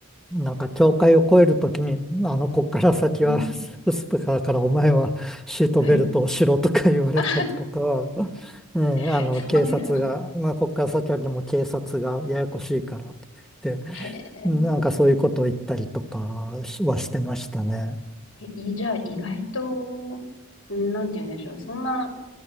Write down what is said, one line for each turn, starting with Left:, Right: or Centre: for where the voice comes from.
Centre: なんか境界を越えるときに、あの、こっから先はススプカーからお前はシートベルトをしろとか言われたりとか、
Left: うん。はい。あ <laughs>
Centre: うん、あの、
Left: そんな。
Centre: 警察が、まあ、こっから先はでも警察がややこしいからとか言って、
Left: へえ。
Centre: なんかそういうことを言ったりとかはしてましたね。
Left: えいじゃあ、意外と、なんて言うんでしょう。そんな、